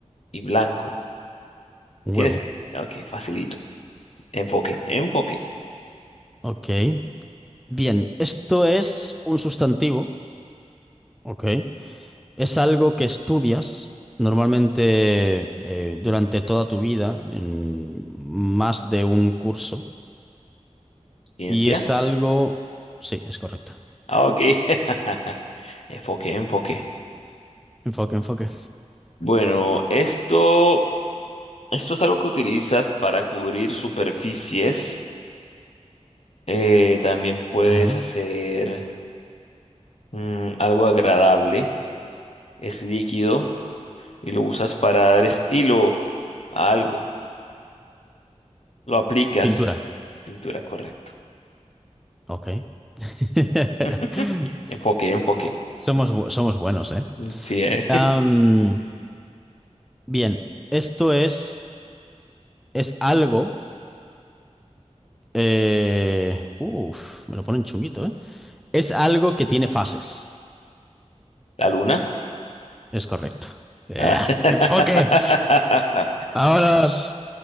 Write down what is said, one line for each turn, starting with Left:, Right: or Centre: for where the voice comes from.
Left: y blanco. Y
Centre: Un
Left: tienes
Centre: huevo.
Left: que... Ok, facilito. Enfoque, enfoque.
Centre: Ok. Bien, esto es un sustantivo. Ok. Es algo que estudias normalmente eh, durante toda tu vida en más de un curso.
Left: Ciencia.
Centre: Y es algo... Sí, es correcto.
Left: Ah, ok. <laughs> Enfoque, enfoque.
Centre: Enfoque, enfoque.
Left: Bueno, esto, esto es algo que utilizas para cubrir superficies. Eh, también puedes
Centre: Ujú.
Left: hacer... mm, algo agradable, es líquido y lo usas para dar estilo a algo. Lo aplicas.
Centre: Pintura.
Left: Pintura, correcto.
Centre: Ok. <laughs>
Left: <laughs> Enfoque, enfoque.
Centre: Somos, bu- somos buenos, ¿eh?
Left: Mm, Sí, eh,
Centre: Am, bien, esto es, es algo... eh, Uf, me lo ponen chunguito, ¿eh? Es algo que tiene fases.
Left: <laughs> La luna.
Centre: Es correcto. ¡Ea!
Left: Ah. <laughs>
Centre: enfoque. Vámonos.